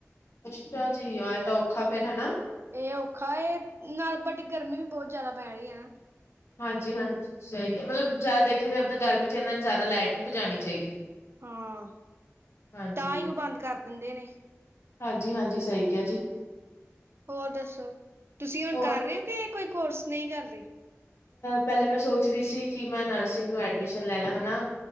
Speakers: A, on the left; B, on the right.
A: ਸਤਿ ਸ਼੍ਰੀ ਅਕਾਲ ਜੀ ਆਇ ਤਾਂ ਔਖਾ ਫਿਰ ਹਨਾ,
B: ਇਹ ਔਖਾ ਹ ਨਾਲ ਬਟ ਗਰਮੀ ਬਹੁਤ ਜਿਆਦਾ ਪੈ ਰਹੀ ਆ
A: ਹਾਂਜੀ-ਹਾਂਜੀ ਸਹੀ ਕਿਹਾ ਮਤਲਬ ਸ਼ਾਇਦ ਦੇਖਿਆ ਜਾਵੇ ਤਾਂ ਗਰਮੀ ਚ ਇਹਨਾਂ ਨੇ ਜਿਆਦਾ ਲਾਈਟ ਨਹੀਂ ਭਜਾਣੀ ਚਾਹੀਦੀ।
B: ਹਾਂ
A: ਹਾਂਜੀ
B: ਤਾਂ ਹੀ ਉਹ ਬੰਦ ਕਰ ਦਿੰਦੇ ਨੇ,
A: ਹਾਂਜੀ ਹਾਂਜੀ ਸਹੀ ਕਿਹਾ ਜੀ
B: ਹੋਰ ਦੱਸੋ? ਤੁਸੀਂ ਹੁਣ
A: ਹੋਰ
B: ਕਰ ਰਹੇ ਹੋ ਕਿ ਇਹ ਕੋਈ ਕੋਰਸ ਨਹੀਂ ਕਰ ਰਹੇ?
A: ਪਹਿਲੇ ਮੈਂ ਸੋਚ ਰਹੀ ਸੀ ਕਿ ਮੈਂ ਨਰਸਿੰਗ ਨੂੰ ਐਡਮਿਸ਼ਨ ਲੈ ਲਾ ਹਨਾ,